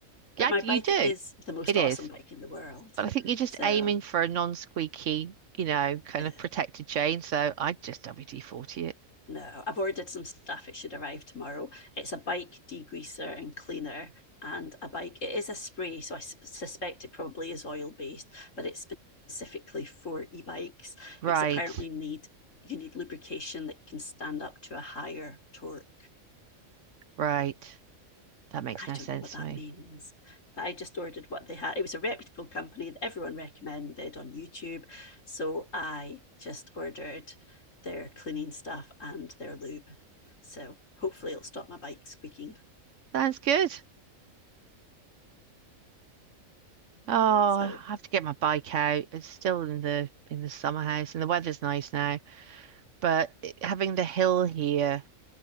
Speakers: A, on the right; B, on the left.
A: yeah,
B: But my
A: you
B: bike
A: do.
B: is the most
A: It is.
B: awesome bike in the world.
A: But I think you're just
B: So
A: aiming for a non-squeaky, you know, kind
B: yeah,
A: of protected chain. So i just WD-40 it.
B: no, I've ordered some stuff. It should arrive tomorrow. It's a bike degreaser and cleaner and a bike. It is a spray, so I suspect it probably is oil based, but it's specifically for e-bikes
A: Right,
B: because apparently need you need lubrication that can stand up to a higher torque.
A: right. That makes
B: I
A: no
B: don't
A: sense
B: know what that
A: to me.
B: means. But I just ordered what they had. It was a reputable company that everyone recommended on YouTube. So I just ordered their cleaning stuff and their lube. So hopefully it'll stop my bike squeaking.
A: Sounds good. Oh, I
B: So
A: have to get my bike out. It's still in the in the summer house and the weather's nice now. But it- having the hill here,